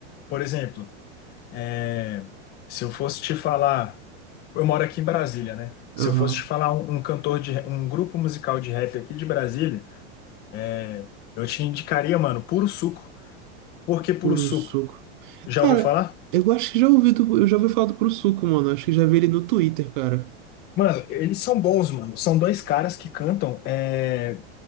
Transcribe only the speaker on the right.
Aham.
Puro
suco.
Cara,
eu acho que já ouvi, do- eu já ouvi falar do Puro Suco, mano. Acho que já vi ele no Twitter, cara.